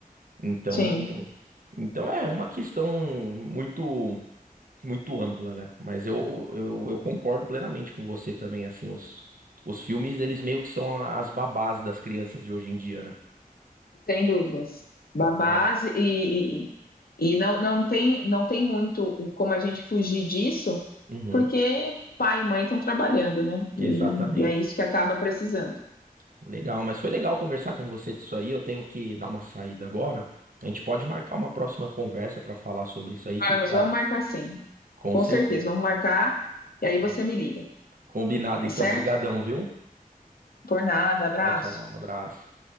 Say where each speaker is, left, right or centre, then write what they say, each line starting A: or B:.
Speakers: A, on the right (about 65°); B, on the left (about 75°).
A: Então,
B: Sim.
A: então é uma questão muito muito ampla, né? Mas eu, eu, eu concordo plenamente com você também, assim, os, os filmes, eles meio que são as babás das crianças de hoje em dia, né?
B: Sem dúvidas. Babás
A: Legal.
B: e, e, e não, não tem, não tem muito o- como a gente fugir disso,
A: Uhum,
B: porque pai e mãe estão trabalhando, né?
A: exatamente.
B: E, e é isso que acaba precisando.
A: Legal, mas foi legal conversar com você disso aí. Eu tenho que dar uma saída agora. A gente pode marcar uma próxima conversa para falar sobre isso aí,
B: Ah,
A: que que
B: mas
A: você
B: vamos
A: acha?
B: marcar sim.
A: Com
B: Com
A: certeza,
B: certeza, vamos marcar. E aí
A: tá?
B: você me liga,
A: Combinado
B: tá
A: então.
B: certo?
A: Obrigadão, viu?
B: Por nada, abraço.
A: Tchau, tchau. Um abraço.